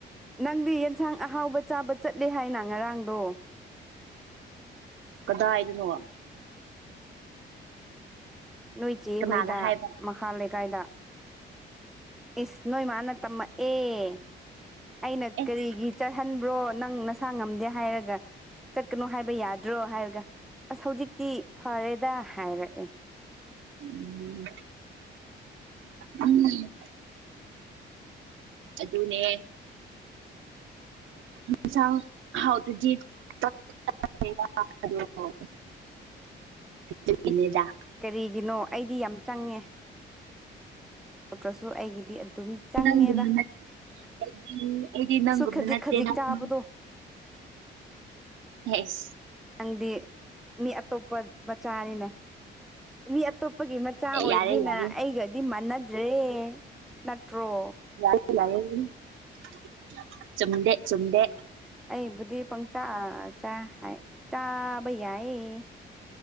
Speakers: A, in the centre; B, on the right (about 80°).
A: ꯅꯪꯗꯤ ꯌꯦꯟꯁꯥꯡ ꯑꯍꯥꯎꯕ ꯆꯥꯕ ꯆꯠꯂꯦ ꯍꯥꯏꯅ ꯉꯔꯥꯡꯗꯣ
B: ꯀꯗꯥꯏꯗꯅꯣ
A: ꯅꯣꯏ ꯆꯦ
B: ꯀꯅꯥꯅ
A: ꯍꯣꯏꯗ
B: ꯍꯥꯏꯕ
A: ꯃꯈꯥ ꯂꯩꯀꯥꯏꯗ ꯏꯁ ꯅꯣꯏ ꯃꯥꯅ ꯇꯝꯃꯛ ꯑꯦ ꯑꯩꯅ
B: ꯑꯦꯁ
A: ꯀꯔꯤꯒꯤ ꯆꯠꯍꯟꯕ꯭ꯔꯣ ꯅꯪ ꯅꯁꯥ ꯉꯝꯗꯦ ꯍꯥꯏꯔꯒ ꯆꯠꯀꯅꯣ ꯍꯥꯏꯕ ꯌꯥꯗ꯭ꯔꯣ ꯍꯥꯏꯔꯒ ꯑꯁ ꯍꯧꯖꯤꯛꯇꯤ ꯐꯔꯦꯗ ꯍꯥꯏꯔꯛꯑꯦ
B: ꯎꯝ ꯎꯝ <inaudible> ꯑꯗꯨꯅꯦ ꯌꯦꯟꯁꯥꯡ ꯍꯥꯎꯇ꯭ꯔꯗꯤ <unintelligible>
A: ꯑꯦꯁ
B: ꯗꯥ <inaudible> <unintelligible>
A: ꯀꯔꯤꯒꯤꯅꯣ ꯑꯩꯗꯤ ꯌꯥꯝ ꯆꯪꯉꯦ ꯅꯠꯇ꯭ꯔꯁꯨ ꯑꯩꯒꯤꯗꯤ ꯑꯗꯨꯝ ꯆꯪꯉꯦꯗ
B: ꯅꯪꯒꯨꯝꯕ ꯑꯩꯗꯤ ꯑꯩꯗꯤ ꯅꯪꯒꯨꯝ
A: ꯁꯨ ꯈꯖꯤꯛ
B: ꯅꯠꯇꯦꯅ
A: ꯈꯖꯤꯛ ꯆꯥꯕꯗꯣ
B: ꯅꯪ ꯌꯦꯁ
A: ꯅꯪꯗꯤ ꯃꯤ ꯑꯇꯣꯞꯄ ꯃꯆꯥꯅꯤꯅ ꯃꯤ ꯑꯇꯣꯞꯄꯒꯤ ꯃꯆꯥ ꯑꯣꯏꯕꯅꯤꯅ
B: ꯌꯥꯔꯦ ꯌꯥꯔꯦ
A: ꯑꯩꯒꯗꯤ ꯃꯥꯟꯅꯗ꯭ꯔꯦ ꯅꯠꯇ꯭ꯔꯣ
B: <unintelligible> ꯆꯨꯝꯗꯦ ꯆꯨꯝꯗꯦ
A: ꯎꯝ ꯑꯩꯕꯨꯗꯤ ꯄꯪꯆꯥ ꯆꯥ ꯍꯥꯏ ꯆꯥꯕ ꯌꯥꯏꯌꯦ